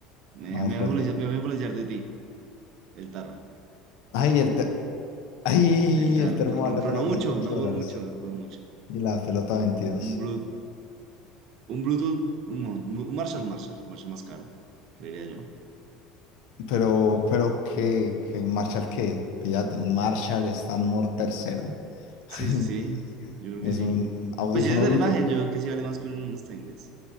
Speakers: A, on the right; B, on the left.
A: Me,
B: Vamos
A: me,
B: por
A: voy a influenciar
B: el termo.
A: me voy a influenciar de ti, el tarro.
B: Ay, el, te- Ay,
A: El tarro,
B: el termo
A: pero no,
B: vale
A: pero
B: apenas
A: no mucho,
B: veintiocho
A: no por
B: dólares.
A: mucho, no por mucho.
B: Y la pelota veintidós
A: Un Bluetooth, un Bluetooth, un, un Marshall, un Marshall, un Marshall más caro, creería yo.
B: Pero, pero, ¿qué? ¿Qué Marshall qué? Fíjate, un Marshall Stanmore tercero.
A: Sí,
B: <laughs>
A: sí, sí. Yo creo
B: Es
A: que sí.
B: un audífono
A: Pues si es de
B: Bluetooth.
A: la imagen, yo creo que sí vale más que un stainless.